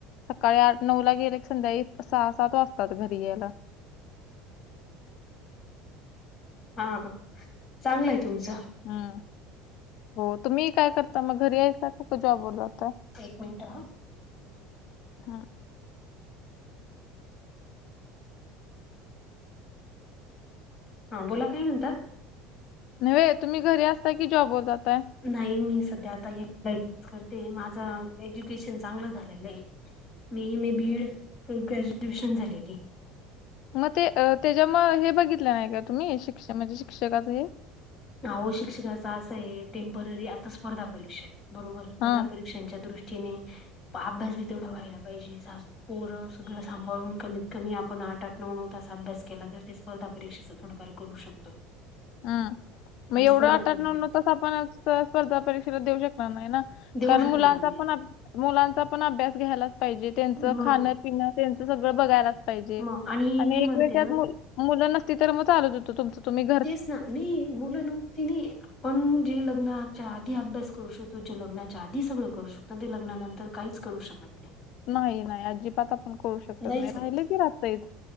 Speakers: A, on the left (about 55°); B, on the left (about 35°).
A: सकाळी आठ नऊ ला गेले, संध्याळी सहा-सात वाजतात घरी यायला.
B: हाहं चांगलं य तुमचं.
A: हं, हो तुम्ही काय करता मग? घरी आहेका फक्त जॉब वर जाताय.
B: एक मिनटं हं.
A: हा.
B: हं बोला काय म्हणता?
A: नई वय तुम्ही घरी असता की, जॉबवर जाताय?
B: नाही मी सध्या आता ए <unintelligible> करते माझं एज्युकेशन चांगलं झालेलं ये. मी M. A. B. Ed graduation झालेली.
A: मग ते त्याच्या म हे बघितलं नाही का तुम्ही, शिक्ष म्हणजे शिक्षकच हे?
B: आओ शिक्षकाचा अस ये, टेम्पररी आता स्पर्धा परीक्षा बरोबर स्पर्धा
A: हां,
B: परी परीक्षांच्या दृष्टीने अभ्यास बी तेवढा व्हायला पाहिजे, सास पोरं सगळं सांभाळून कमीत कमी आपण आठ-आठ नऊ-नऊ तास अभ्यास केला, तर ते स पर्धा परीक्षेचं थोडफार करू शकतो.
A: हम्
B: आणि
A: मग एवढं
B: स्पर्धा
A: आट-आट,
B: पर्यंत
A: नऊ-नऊ
B: तिथे
A: तास आपण स्पर्धा परीक्षेला देऊ शकणार नाही ना,
B: देऊ
A: कारण
B: शकणार
A: मुलांचा
B: नाही
A: पण अब मुलांचा पण अभ्यास घ्यायलाच पाहिजे, त्यांच
B: मग
A: खाण पिण त्यांच सगळं बघायलाच पाहिजे
B: मग
A: आणि
B: मी म्हणते
A: एक वेळ त्यात
B: ना
A: मु मुलं नसती तर मग चालत होत तुमच तुम्ही घ
B: तेच ना नई मुलं नव ती नाही, पण जे लग्नाच्या आधी अभ्यास करू शकतो, जे लग्ना च्या आधी सगळं करू शकतो, ते लग्नानंतर काहीच करू शकत नाही.
A: नाही-नाही आजिबात आप न करू शकत
B: नाहीच
A: नाही, राहिलं
B: होत
A: की राहतय,